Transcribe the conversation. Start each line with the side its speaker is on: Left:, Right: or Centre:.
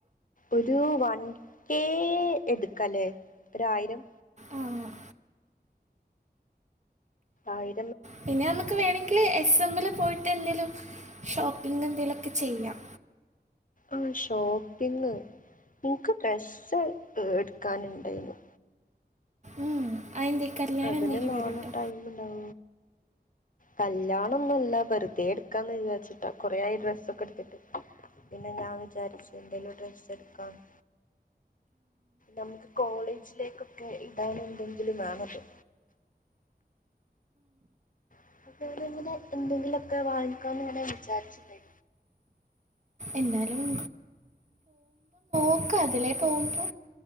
Left: ഒരു വൺ കേ എട്ക്കലേ? ഒരായിരം.
Right: ആ
Left: ആയി
Right: പിന്നെ നമ്മക്ക് വേണങ്കില് എസ്സമ്മില് പോയിട്ടെന്തേലും ഷോപ്പിങ്ങെന്തേലൊക്കെ ചെയ്യാം.
Left: ആ ഷോപ്പിങ് ഇൻക്ക് ഡ്രസ്സ് എട്ക്കാന്ണ്ടായിന്നു.
Right: ഉം, അതിൻ്റെ കല്യാണം
Left: അത്
Right: എന്തെങ്കിലും
Left: ന് നാളെ
Right: വരും കേട്ടോ
Left: ടൈമ്ണ്ടവോ കല്യാണൊന്നുല്ല വെർതെ എട്ക്കാന്ന് വിചാരിച്ചിട്ടാ. കൊറേ ആയി ഡ്രസ്സൊക്കെട്ത്ത്ട്ട്. പിന്നെ ഞാൻ വിചാരിച്ചു എന്തേലും ഒര് ഡ്രെസ്സ് എട്ക്കാന്ന്. നമുക്ക് കോളേജിലേക്കൊക്കെ ഇടാൻ എന്തെങ്കിലും വേണല്ലോ. <unintelligible> എന്തെങ്കിലൊക്കെ വാങ്ങിക്കാന്ന്ങ്ങനെ വിചാരിച്ചിണ്ണ്‌
Right: എന്നാലും നോക്ക അതിലേ പോവുമ്പോ